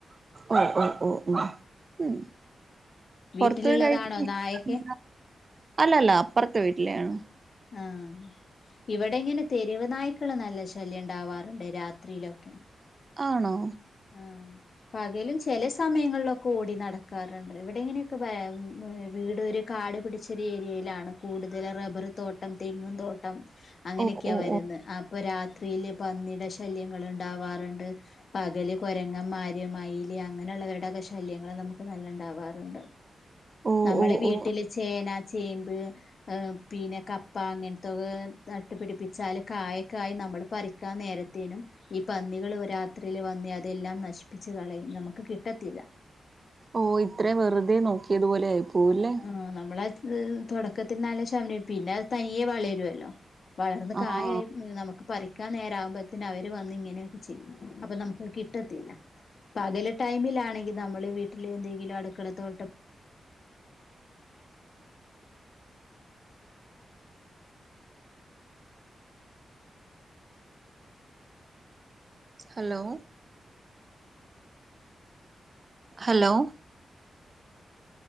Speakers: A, on the right; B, on the left.
A: ഓ ഓ ഓ ഉം ഉം
B: വീട്ടിലുള്ളതാണോ
A: പൊർത്തോയി കഴി <unintelligible>
B: നായൊക്കെ
A: അല്ല അല്ല അപ്പെർത്തെ വീട്ടിലെ ആണ്.
B: ആഹ് ഇവെടെ ഇങ്ങനെ തെര്‌വ് നായ് ക്കെൾ നല്ല ശല്ല്യം ഇണ്ടാവാറ് ഇണ്ട് രാത്രിയിലൊക്കെ.
A: ആണോ?
B: ആഹ് പകെലും ചെലെ സമയങ്ങെളിലൊക്കെ ഓടി നടക്കാറ് ഇണ്ട് ഇവ്ടെ ഇങ്ങനെയൊക്കെ ഭയ വീട് ഒര് കാട് പിടിച്ചൊര് ഏരിയയിലാണ് കൂട്തെൽ റബ്ബ് ബ്ബെർ തോട്ടം തെങ്ങും തോട്ടം അങ്ങനെ
A: ഓ
B: ഒക്കെയാ
A: ഓ
B: വരുന്നെ
A: ഓ
B: അ പ്പ രാത്രിയിൽ പന്നിടെ ശല്ല്യങ്ങെൾ ഇണ്ടാവാർ ഇണ്ട് പകെൽ കൊരങ്ങമാര്, മയില് അങ്ങനെയുള്ളവരുടെയൊക്കെ ശല്യങ്ങള് നമുക്ക് നല്ലണ്ടാവാറ്ണ്ട്.
A: ഓ
B: നമ്മള് വീട്ടില്
A: ഓ ഓ
B: ചേന ചേമ്പ് പിന്നെ കപ്പ അങ്ങൻത്തൊക്കെ നട്ടു പിടിപ്പിച്ചാല് കായക്കെ ആയി മ്മള് പറിക്കാൻ നേരത്തേനും ഈ പന്നികള് രാത്രില് വന്നേ അതെല്ലാം നശിപ്പിച്ച് കളയും. നമക്ക് കിട്ടത്തില്ല.
A: ഓഹ് ഇത്രയും വെറ്തെ നോക്കിയതുപോലെ ആയി. പോവുല്ലേ
B: ആഹ് നമ്മള തൊടക്കത്തിൽ നല്ല <unintelligible> പിന്നെ തനിയെ വളരൊല്ലോ. വളർന്ന്
A: ആഹ്
B: കായായി നമുക്ക് പറി ക്കാൻ നേര ആവ്മ്പോത്തന് അവര് വന്ന് ഇങ്ങനെയൊക്കെ ചെയ്യും. അപ്പ നമുക്ക് കിട്ടത്തില്ല. പകല് ടൈമിലാണെങ്കി നമ്മള് വീട്ടില് എന്തെങ്കിലും അടുക്കളത്തോട്ടം
A: ഹലോ. Hello